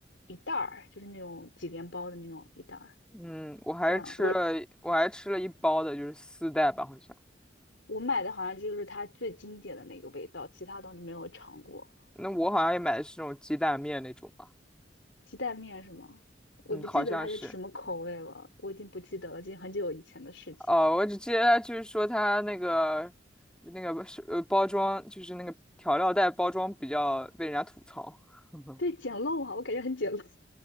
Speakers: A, on the left; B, in the centre.
A: 一袋儿，就是那种几连包的那种一袋儿。
B: 嗯，我还吃了，
A: 这样，我
B: 我还吃了一包的，就是丝带吧，好像。
A: 我买的好像就是它最经典的那个味道，其他东西没有尝过。
B: 那我好像也买的是那种鸡蛋面那种吧，
A: 鸡蛋面是吗？我不记得它是什么口味了，
B: 嗯，好像是。
A: 我已经不记得了，已经很久以前的事情了。
B: 哦，我只记得他就是说他那个那个是呃包装，就是那个调料袋包装比较被人家吐槽。<laughs>
A: 对，简陋啊，我感觉很简陋，